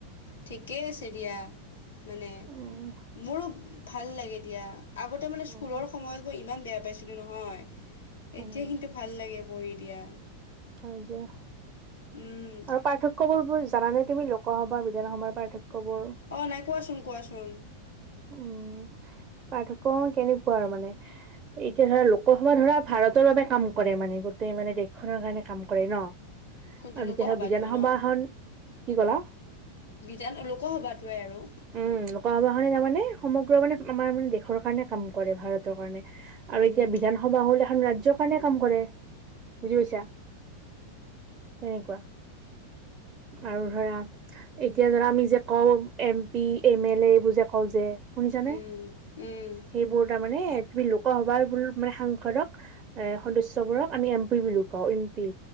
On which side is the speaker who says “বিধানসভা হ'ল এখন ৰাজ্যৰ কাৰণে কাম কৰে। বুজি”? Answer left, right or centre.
Right